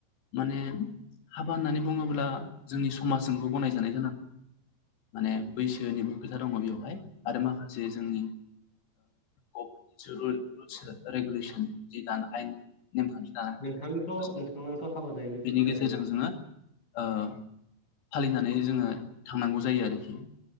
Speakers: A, on the left (about 80°); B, on the left (about 20°).
A: माने हाबा होननानै बुंङोब्ला जोंनि समाज जोंबो गनायजानाय जानांगोन, माने बैसोनिबो खोथा दंङ बेवहाय आरो माखासे जोंनि ओ गबमेन्टनि जि रुल आरो रेगुलेसन जि दाना आइन नेमखान्थि दानाय
B: नोंथांनिथ'
A: बेखौबो जोंङो
B: नोंथांनाथ' हाबा जानायनि बैसो
A: बेनि
B: जाबायमोन।
A: गेजेरजों जोंङो ओ फालिनानै जोंङो थांनांगौ जायो आरोखि।